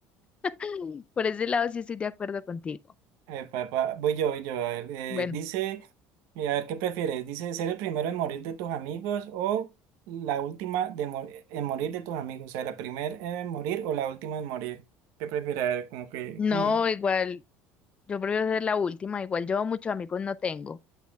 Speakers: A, on the left; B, on the right.
A: <clears throat> <laughs> por ese lado sí estoy de acuerdo contigo.
B: Epa, epa, voy yo, voy yo. A ver, eh,
A: Bueno,
B: dice, eh, a ver, ¿qué prefieres? Dice, ¿ser el primero en morir de tus amigos o la última de mor- en morir de tus amigos? O sea, la primera en morir o la última en morir. ¿Qué prefieres? A ver, como que,
A: no,
B: hmm,
A: igual, yo prefiero ser la última, igual yo muchos amigos no tengo.